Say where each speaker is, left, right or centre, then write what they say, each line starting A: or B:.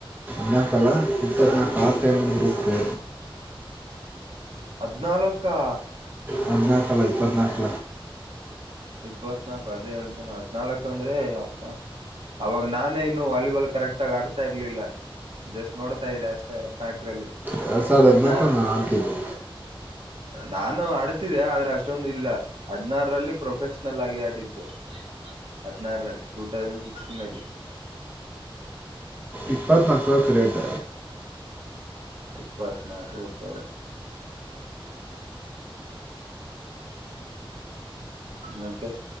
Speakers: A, on the right; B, on the right.
A: ಹದಿನಾಲ್ಕಲ್ಲ ಇಪ್ಪತ್ತು ನಕ ಕಾರ್ ಟೈಮೆ ಗ್ರೂಪ್ ಗೆ
B: ಹದಿನಾಲ್ಕು
A: ಹದಿನಾಲ್ಕ ಅಲ್ಲ ಇಪ್ಪತ್ತುನಾಲ್ಕ
B: ಇಪ್ಪತ್ನಾಲ್ಕು ಅದೇ ಹೇಳ್ತೇನೆ ಹದ್ನಾಲ್ಕು ಅಂದ್ರೆ ಯಪ್ಪಾ ಅವಾಗ ನಾನೇ ಇನ್ನು ವಾಲಿಬಾಲ್ ಕರೆಕ್ಟ್ ಆಗ ಆಡ್ತಾ ಇರ್ಲಿಲ್ಲ ಜಸ್ಟ್ ನೋಡ್ತಾ ಇದೆ ಅಷ್ಟೇ ಹದ್ನಾಲ್ಕರಲ್ಲಿ
A: ಎರಡು ಸಾವಿರ
B: ಹದ್ನಾ
A: ಹ ದ್ನಾಲ್ಕು ಹಾಕಿದ್ದು
B: ನಾನು ಅಡ್ತಿದೆ ಆದ್ರೆ ಅಷ್ಟೊಂದು ಇಲ್ಲ ಹದ್ಿನಾರರಲ್ಲಿ ಪ್ರೊಫೆಷನಲ್ ಆಗಿ ಆಡಿದ್ದು ಹದ್ನಾರಲ್ಲಿ ಟೂ ಐೌಸಂಡ್ ಸಿಕ್ಸ್ಟೀನ್ಲ್ಲಿ
A: ಇಪ್ಪತ್ತುನಾಲ್ಕು ಸಾವಿರ ಕ್ರೀಟ್
B: ಇಪ್ಪತ್ತಾ ಆರು ಓಕೆ ಓಕೆ ಮತ್ತೆ